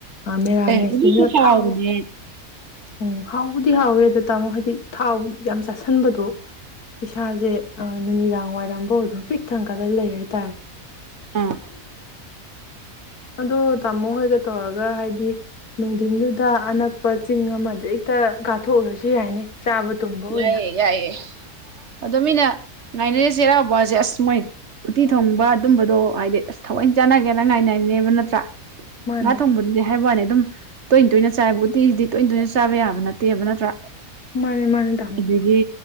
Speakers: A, on the left (about 90°); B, on the right (about 50°).
A: ꯃꯦꯔꯥꯃꯦꯁꯅꯤꯅ
B: ꯑꯦ ꯑꯗꯨꯁꯨ ꯍꯥꯎꯕꯅꯦꯍꯦ
A: ꯊꯥꯎ ꯎꯝ ꯍꯥꯎꯕꯨꯗꯤ ꯍꯥꯎꯋꯦ ꯑꯗ ꯇꯥꯃꯣ ꯍꯥꯏꯗꯤ ꯊꯥꯎ ꯌꯥꯝ ꯆꯥꯥꯁꯤꯟꯕꯗꯣ ꯏꯁꯥꯁꯦ ꯑ ꯅꯨꯃꯤꯗꯥꯡ ꯋꯥꯏꯔꯝꯐꯥꯎ ꯑꯗꯨꯝ ꯄꯤꯛ ꯊꯪꯒꯠꯂ ꯂꯩ ꯍꯥꯏꯇꯥꯔꯦ
B: ꯑꯥ
A: ꯑꯗꯣ ꯇꯥꯃꯣ ꯍꯣꯏꯒ ꯇꯧꯔꯒ ꯍꯥꯏꯗꯤ ꯅꯨꯡꯊꯤꯟꯗꯨꯗ ꯑꯅꯛꯄ ꯆꯤꯡ ꯑꯃꯗ ꯍꯦꯛꯇ ꯀꯥꯊꯣꯛꯎꯔꯁꯨ ꯌꯥꯏꯅꯦ ꯆꯥꯕ ꯇꯨꯝꯕ ꯑꯣꯏꯅ
B: ꯌꯥꯏꯑꯌꯦ ꯌꯥꯏꯌꯦ ꯑꯗꯣ ꯃꯤꯅ ꯉꯥꯏꯅꯔꯦ ꯆꯩꯔꯥꯎꯕꯁꯦ ꯑꯁ ꯃꯣꯏ ꯎꯇꯤ ꯊꯣꯡꯕ ꯑꯗꯨꯝꯕꯗꯣ ꯍꯥꯏꯗꯤ ꯑꯁ ꯊꯑꯣꯏ ꯆꯥꯟꯅꯒꯦꯅ ꯉꯥꯏꯅꯅꯦꯕ ꯅꯠꯇ꯭ꯔ
A: ꯃꯥꯅꯦ
B: ꯉꯥ ꯊꯣꯡꯕꯗꯨꯗꯤ ꯍꯥꯏꯕ ꯋꯥꯅꯤ ꯑꯗꯨꯝ ꯇꯣꯏꯅ ꯇꯣꯏꯅ ꯆꯥꯏꯕ ꯎꯇꯤꯁꯤꯗꯤ ꯇꯣꯏꯅ ꯇꯣꯏꯅ ꯆꯥꯕ ꯌꯥꯕ ꯅꯠꯇꯦꯕ ꯅꯠꯇ꯭ꯔꯥ
A: ꯃꯥꯅꯦ ꯃꯥꯅꯦ ꯇꯥꯃꯣ
B: ꯑꯗꯨꯗꯒꯤ